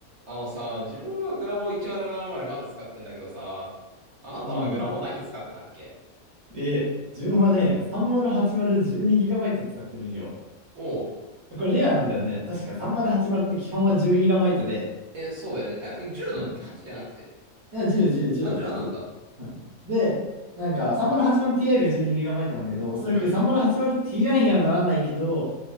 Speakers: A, on the right; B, on the right.
A: あのさ、自分はグラボー1070まるななまるまだ使ってんだけどさ、あなたはグラボー何使ってたっけ
B: うん。で、自分はね、308012GB 使ってるんよ。
A: おう。
B: これレアなんだよね。確か3080って基本は 10GB で、
A: え、そうだよね。え、10なの
B: うん。
A: ?8 じゃなくて。
B: いや10、10、10だったはず。
A: あ、10なんだ。
B: うん。で、なんか 3080Ti が 12GB なんだけど、おそらく
A: うん。
B: 3080Ti にはならないけど、